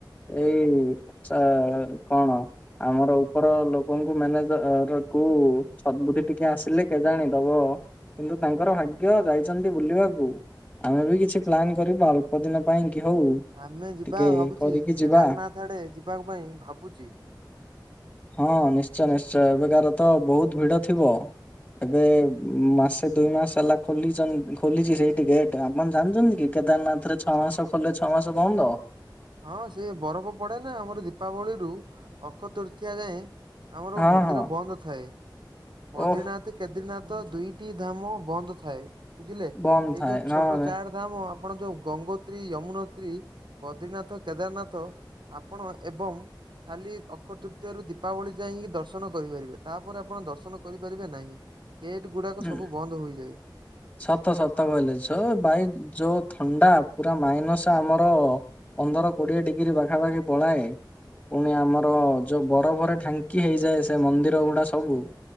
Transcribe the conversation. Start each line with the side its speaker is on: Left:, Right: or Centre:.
Left: ଏଇ ଚା କଣ? ଆମର ଉପର ଲୋକଙ୍କୁ ମ୍ୟାନେଜରକୁ ସଦବୁଦ୍ଧି ଟିକିଏ ଆସିଲେ କେଜାଣି ଦବ। କିନ୍ତୁ ତାଙ୍କର ଭାଗ୍ୟ ଯାଇଚନ୍ତି ବୁଲିବାକୁ। ଆମେବି କିଛି ପ୍ଲାନ କରିବୁ ଅଳ୍ପ ଦିନ ପାଇଁକି ହଉ
Right: ଆମେ ଯିବା
Left: ଟିକେ
Right: ଭାବୁଚି
Left: କରିକି ଯିବା।
Right: କେଦାରନାଥ ଆଡେ ଯିବାପାଇଁ ଭାବୁଚି।
Left: ହଁ ନିଶ୍ଚୟ ନିଶ୍ଚୟହଏବେକାରତ ବହୁତ ଭିଡ ଥିବ। ଏବେ ମାସେ ଦୁଇ ମାସ ହେଲା ଖୋଲିଚନ୍ତ ଖୋଲିଚି ସେଇ ଗେଟ ଆପଣ ଜାଣିଚନ୍ତିକି କେଦାରନାଥରେ ଛଅମାସ ଖୋଲେ ଛଅମାସ ବନ୍ଦ।
Right: ହଁ ସେ ବରଫ ପଡେନା ଆମର ଦୀପାବଳିରୁୁ ଅକ୍ଷତୃତିୟା ଯାଏଁ। ଆମର
Left: ହଁ
Right: ମନ୍ଦିର
Left: ହଁ।
Right: ବନ୍ଦଥାଏ ବଦ୍ରିନାଥ।
Left: ଓଃ
Right: କେଦ୍ରିନାଥ ଦୁଇଟି ଧାମ ବନ୍ଦ ଥାଏ ବୁଝିଲେ ସେଇ
Left: ବନ୍ଦ ଥାଏ
Right: ଯୋଉ
Left: ନହେଲେ
Right: ଛୋଟ ଚାର। ଆପଣ ଯୋଉ ଗଙ୍ଗୋତ୍ରୀ ୟମୁନୋତ୍ରୀ ବଦ୍ରୀନାଥ। କେଦାରନାଥ ଆପଣ ଏବଂ। ଖାଲି ଅକ୍ଷ ତୃତୀୟା ରୁ ଦୀପାବଳି ଯାଇକି ଦର୍ଶନ କରିପାରିବେ। ତାପରେ ଆପଣ ଦର୍ଶନ କରିପାରିବେ ନାହିଁ। ଗେଟ୍ ଗୁଡାକ
Left: ଉଁ
Right: ସବୁ ବନ୍ଦ ହୋଇଯାଏ।
Left: ସତ ସତ କହିଲେ ଭାଇ ଯୋଉ ଥଣ୍ଡା ପୁରା ମାଇନସ୍ ଆମର। ପନ୍ଦର କୋଡିଏ ଡିଗ୍ରୀ ପାଖାପାଖି ପଳାଏ। ପୁଣି ଆମର ଯୋଉ ବରଫରେ ଢାଙ୍କି ହେଇଯାଏ। ସେ ମନ୍ଦିର ଗୁଡା ସବୁ।